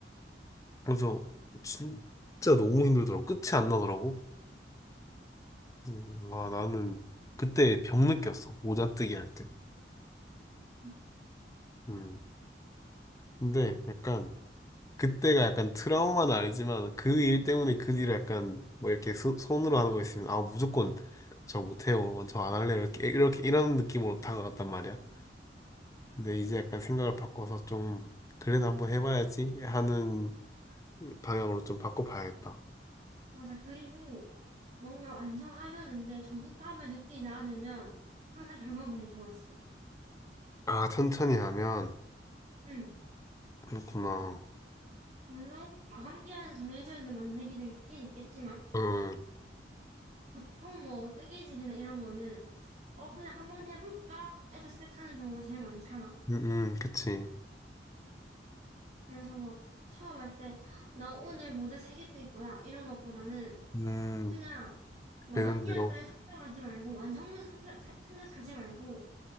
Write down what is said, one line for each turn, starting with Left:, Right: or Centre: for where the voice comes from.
Left: 그래서 진짜 너무 힘들더라고. 끝이 안 나더라고. 음, 와 나는 그때 병 느꼈어. 모자 뜨기 할 때.
Right: 음.
Left: 음. 근데 약간 그때가 약간 트라우마는 아니지만 그 일 때문에 그 일을 약간 뭐 이렇게 수- 손으로 하는 거 있으면 아 무조건 저 못해요 저 안 할래요 이렇게 이렇게 이런 느낌으로 다가갔단 말이야 근데 이제 약간 생각을 바꿔서 좀 그래도 한번 해봐야지 하는 방향으로 좀 바꿔봐야겠다
Right: 맞아. 그리고 뭔가 완성하려는데 조급함을 느끼지 않으면 항상 결과물이 좋았어.
Left: 아 천천히 하면
Right: 응.
Left: 그렇구나
Right: 물론 마감기한은 정해져 있는 만들기도 있긴 있겠지만
Left: 응응
Right: 보통 뭐 뜨개질이나 이런 거는 어 그냥 한번 해볼까 해서 시작하는 경우가 제일 많잖아.
Left: 응응 그치
Right: 그래서 뭐 처음 할 때 나 오늘 모자 세 개 뜰 거야 이런 것보다는
Left: 음
Right: 그냥 마감
Left: 되는
Right: 기한
Left: 대로
Right: 따위 생각하지 말고 완성물 생각, 생각하지 말고